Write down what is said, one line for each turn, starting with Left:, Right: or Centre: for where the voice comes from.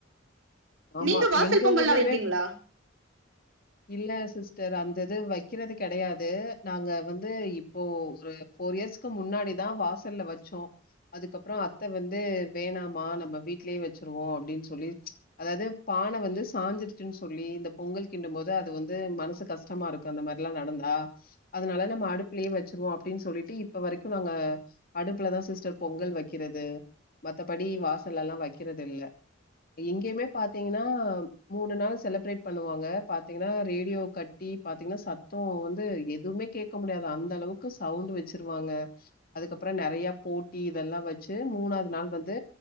Left: ஆமா.
Right: நீங்க வாசல்
Left: எங்க
Right: பொங்கல்லா
Left: ஊர்லயுமே
Right: வப்பீங்களா
Left: இல்ல சிஸ்டர் அந்த இது வைக்கிறது கிடையாது நாங்க வந்து இப்போ ஒரு ஃபோர் இயர்ஸ்க்கு முன்னாடிதா வாசல்ல வச்சோ அதுக்கப்புறோ அத்த வந்து வேணாமா நம்ம வீட்லயே வச்சிருவோ அப்டின்னு சொல்லி அதாவ்து பான வந்து சாஞ்சிருச்சுன்னு சொல்லி இந்த பொங்கல் கிண்டு போது அது வந்து மனசு கஷ்டமா இருக் அந்த மார்ல்லா நடந்தா அதனால நம்ம அடுப்பிலயு வச்சுருவோ அப்டின்னு சொல்லிட்டு இப்ப வரைக்கு நாங்க அடுப்புலதா சிஸ்டர் பொங்கல் வைக்கிறது மத்தபடி வாசல்லல்லா வைக்கிறது இல்ல இங்கேயுமே பாத்தீங்கன்னா மூணு நாள் செலிப்ரேட் பண்ணுவாங்க பாத்தீங்கன்னா ரேடியோ கட் டி பாத்தீங்கன்னா சத்தோ வந்து எதுவுமே கேக்க முடியாதா அந்த அளவுக்கு சவுண்ட் வச்சிருவாங்க அதுக்கப்பறோ நெறைய போட்டி இதெல்லா வச்சு மூணாது நாள் வந்து